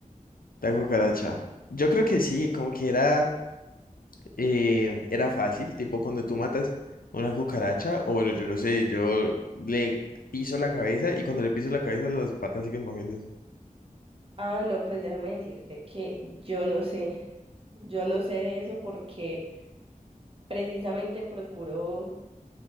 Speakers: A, on the left; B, on the right.
A: la cucaracha. Yo creo que sí, como que era, eh, era fácil, tipo cuando tú matas una cucaracha, o bueno, yo no sé, yo le piso la cabeza y cuando le piso la cabeza las patas siguen moviéndose.
B: Ah, no, pues déjame decirte que yo no sé, yo no sé de eso porque precisamente procuro